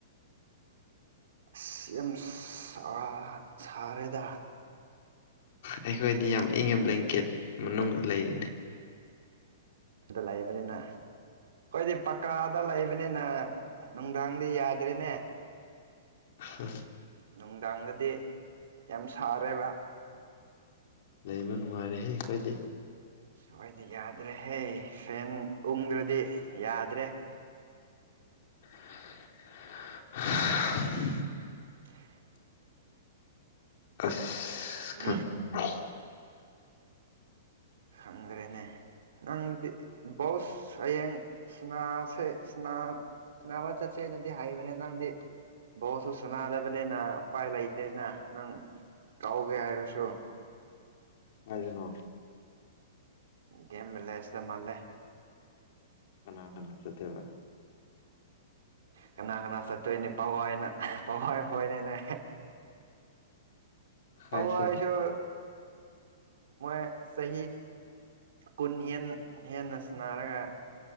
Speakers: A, on the right (about 75°); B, on the left (about 55°).
A: ꯁ ꯑ ꯁꯥ ꯁꯥꯔꯦꯗꯥ
B: ꯑꯩꯈꯣꯏꯗꯤ ꯌꯥꯝ ꯏꯪꯉꯦ ꯕ꯭ꯂꯦꯡꯀꯦꯠ ꯃꯅꯨꯡꯗ ꯂꯩꯔꯤꯅꯤ
A: ꯑꯗꯨ ꯂꯩꯕꯅꯤꯅ ꯑꯩꯣꯏꯗꯤ ꯄꯀꯥꯗ ꯂꯩꯕꯅꯤꯅ ꯅꯨꯡꯗꯥꯡꯗꯤ ꯌꯥꯗ꯭ꯔꯦꯅꯦ
B: ꯍ
A: ꯅꯨꯡꯗꯥꯡꯗꯗꯤ ꯌꯥꯝ ꯁꯥꯔꯦꯕ
B: ꯂꯩꯕ ꯅꯨꯡꯉꯥꯏꯔꯦꯍꯦ ꯑꯩꯈꯣꯏꯗꯤ
A: ꯁꯋꯥꯗꯤ ꯌꯥꯗ꯭ꯔꯦꯍꯦ ꯐꯦꯟ ꯎꯪꯗ꯭ꯔꯗꯤ ꯌꯥꯗ꯭ꯔꯦ <inaudible>
B: <inaudible>
A: <inaudible>
B: ꯑꯁ
A: ꯎ
B: ꯈꯪꯗꯦꯅꯦ
A: ꯈꯪꯗ꯭ꯔꯦꯅꯦ ꯅꯪꯗꯤ ꯕꯣꯁ ꯍꯌꯦꯡ ꯁꯤꯅꯥꯁꯦ ꯃ ꯆꯠꯁꯦꯅꯗꯤ ꯍꯥꯏꯩꯕꯅꯦ ꯅꯪꯗꯤ ꯕꯣꯁꯨ ꯁꯨꯅꯥꯗꯕꯅꯤꯅ ꯎꯄꯥꯏ ꯂꯩꯇꯦꯅ ꯅꯪ ꯀꯥꯎꯒꯦ ꯍꯥꯏꯔꯁꯨ
B: ꯀꯥꯏꯗꯅꯣ
A: ꯒꯦꯝ ꯕꯂꯦ ꯁꯦ ꯃꯥꯥꯟꯂꯦ
B: ꯀꯅꯥ ꯀꯅꯥ ꯆꯇꯕ
A: ꯀꯅꯥ ꯀꯅꯥ ꯆꯠꯇꯣꯏꯅꯤ ꯄꯋꯥꯏꯅ ꯄꯋꯥꯏ ꯈꯣꯏꯅꯤꯅꯦ
B: ꯍꯥꯏꯁꯦ
A: ꯄꯥꯎ ꯍꯥꯏꯁꯣ ꯃ ꯁꯍꯤ ꯀꯨꯟ ꯍꯦꯟ ꯍꯦꯟꯅꯟꯅꯔꯒ